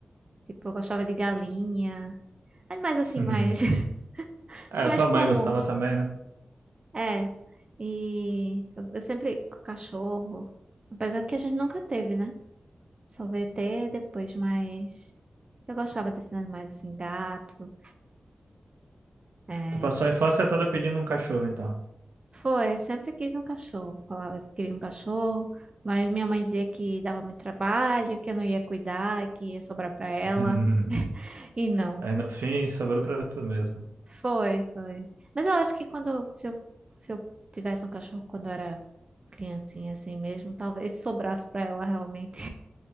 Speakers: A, on the right (about 25°); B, on the right (about 85°).
A: Tipo, eu gostava de galinha. Animais, assim,
B: <laughs>
A: mais, <laughs>
B: É,
A: mais
B: tua
A: comuns.
B: mãe gostava também, né?
A: É, e eu, eu sempre com cachorro, apesar que a gente nunca teve, né? Só veio ter depois, mas eu gostava desses animais assim, gato. É,
B: Tu passou a infância toda pedindo um cachorro, então.
A: foi, sempre quis um cachorro. Falava que queria um cachorro, mas minha mãe dizia que dava muito trabalho, que eu não ia cuidar, que ia sobrar pra ela.
B: <laughs>
A: E não,
B: Aí no fim sobrou pra tu mesmo.
A: foi, foi. Mas eu acho que quando, se eu, se eu tivesse um cachorro quando eu era criancinha assim mesmo, talvez sobrasse pra ela realmente.